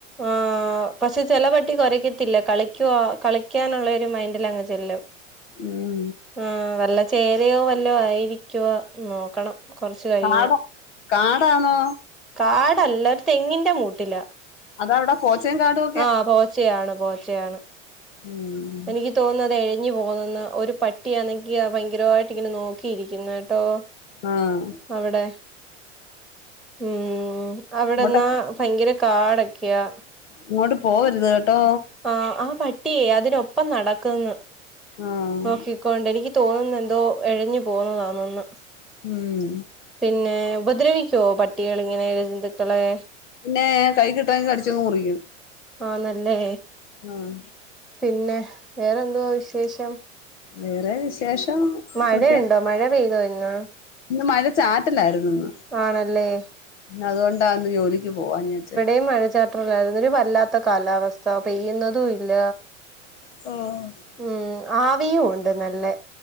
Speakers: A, in the centre; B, on the left.
A: ആഹ് ആഹ് പക്ഷെ ചെലപട്ടി കുരയ്ക്കത്തില്ല കളിക്ക്യുവാ കളിക്യാനുള്ളരു മൈൻഡിലങ്ങ് ചെല്ലും
B: ഉം
A: ആഹ് വല്ല ചേരയോ വല്ലോ ആയിരിക്ക്യോ നോക്കണം കൊറച്ച് കഴിഞ്ഞ്
B: കാടോ കാടാണോ
A: കാടല്ല ഒര് തെങ്ങിന്റെ മൂട്ടില
B: അതാവ്ടെ പോച്ചേകാടോ
A: ആഹ് പോച്ചയാണ് പോച്ചയാണ്
B: ഉം
A: എനിക്ക് തോന്ന്ന്നതെ ഞ് പോകുന്നന്ന് ഒരു പട്ടിയാന്നെങ്കി ആഹ് ഭയങ്കരോയിട്ട് ഇങ്ങനെ നോക്കിയിരിക്യൂന്നേട്ടോ
B: ആഹ്
A: അവടെ ഉം അവടെന്നാ
B: ഇങ്ങോട്ട്
A: ഭയങ്കര കാടക്ക്യാ
B: ഇങ്ങോട്ട് പോവര്ത് കേട്ടോ
A: ആഹ് ആഹ് പട്ടിയെ അതിനൊപ്പം നടക്ക്ന്ന്
B: ആഹ്
A: നോക്കിക്കൊണ്ട് എനിക്ക് തോന്നുന്നന്തോ എഴഞ്ഞു പോവുന്നതാന്നന്ന്
B: ഉം
A: പിന്നെ ഉപദ്രവിക്കോ പട്ടികളിങ്ങനെ ഇഴജന്തുക്കളെ
B: പിന്നെ കൈ കിട്ടാങ്കി കടിച്ച് മുറിക്യും
A: ആഹ് ന്നല്ലേ
B: ആഹ്
A: പിന്നെ വേറെന്തുവാ വിശേഷം
B: വേറെ വിശേഷം
A: മഴയുണ്ടോ
B: പ്രത്യേക
A: മഴ പെയ്തോ ഇന്ന്
B: ഇന്ന് മഴ ചാറ്റലായിരുന്നു
A: ആണല്ലേ
B: ഇന്ന് അതുകൊണ്ടാ ഇന്ന് ജോലിക്ക് പോവാഞ്ഞെ വെച്ചെ
A: ഈ മഴ ചാറ്റ - ഇപ്പോൾ ഒരു വല്ലാത്ത കാലാവസ്ഥ പെയ്യുന്നതും ഇല്ല
B: <unintelligible>
A: ഉം ആവിയും ഉണ്ട് നല്ലെ